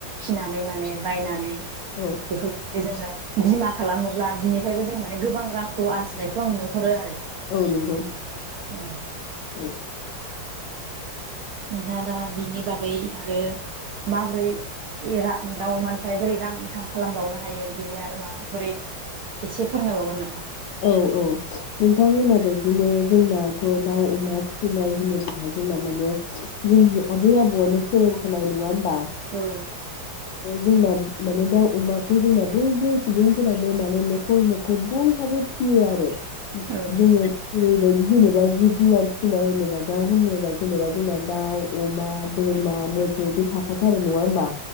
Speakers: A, on the right; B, on the left.
A: फिनानै माने बायनानै
B: औ
A: बेखौदि जोङो बि मा खालामोब्ला बिनिफ्रायबो जों माने गोबां रांखौ आरजिनायखौ आं नुहरो आरो
B: औ नोंगौ
A: औ
B: औ
A: नोंथांआदा बिनि बागै आरो माबोरै <unintelligible> दाउमानिफ्राय बोरै रां इनकाम खालामबावनो हायो बिनि आरो माबोरै एसे फोरमायबावगोन नामा?
B: औ औ नोंथां होनायबाय बिदिनो जोंनाथ दाउ अमा फि <unintelligible> होनोब्ला जोंना माने जोंनि आबै आबौ <unintelligible> फोरोंखानाय नङा होमबा
A: औ
B: जोंना माने दाउ अमाखौ जोंना बयबो सुबुंफोरानो माने नखर नखर बयहाबो फियो आरो <unintelligible>
A: औ
B: ओरैबायदि जेनेबा जिब जुनार फिसिनाय होनोबा दाउ होनोबा जेनेबा जोंना दाउ, अमा, बोरमा, मोसौ बे थाखाथारो नङा होमबा?